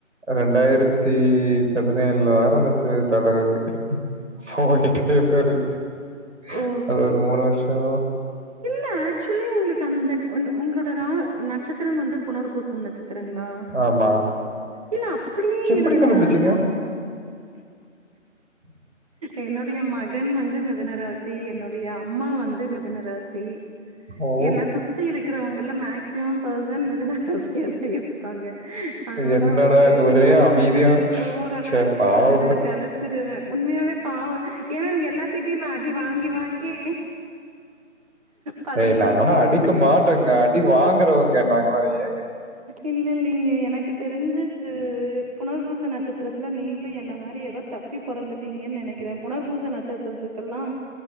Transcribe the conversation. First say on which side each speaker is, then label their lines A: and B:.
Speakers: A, on the right; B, on the right.
A: ரெண்டாயிரத்தி பதினேழுல ஆரம்பிச்சது தலைவலி ஓடிகிட்டே போய்டுச்சு
B: ஓ!
A: அது ஒரு மூணு வருஷோ
B: என்ன ஆக்சுவலி உங்களுக்கு அந்த உங்களோட ரா நட்சத்திரம் வந்து புனர்பூசம் நட்சத்திரங்களா
A: ஆமா
B: இல்ல அப்டியே
A: எப்படி
B: இருந்தாலும்
A: கண்டுபிடிச்சீங்க? <unintelligible>
B: என்னுடைய மகன் வந்து மிதனராசி என்னுடைய அம்மா வந்து மிதனராசி
A: ஓ!
B: என்ன சுத் தி இருக்கிறவங்கலா மேக்சிமம் பர்சன் மிதுன ராசியா தா இருப்பாங்க அதனால
A: என்னடா
B: அவங்களுடைய
A: இது
B: குண
A: ஒரே
B: நலன்கள்
A: அமைதியா.
B: ஓரளவுக்கு
A: ச்சே பாவம்.
B: வந்து கனிச்சிருவேன் உண்மையாவே பாவம் ஏன்னா இங்க எல்லாத்திட்டயும் அடி வாங்கி வாங்கி பழகிருச்சு
A: ஏய் நாங்காள அடிக்க மாட்டோங்க அடி வாங்குறவங்க நாங்களாம் ஏ
B: இல்லைல்லைங்க எனக்கு தெரிஞ்சு புனர்பூச நட்சத் நடத்திரத்துல நீங்களும் என்ன மாரி ஏதோ தப்பி பிறந்துட்டீங்கன்னு நினைக்கிறேன் புனர்பூசை நட்சத்திரத்துக்கெல்லாம்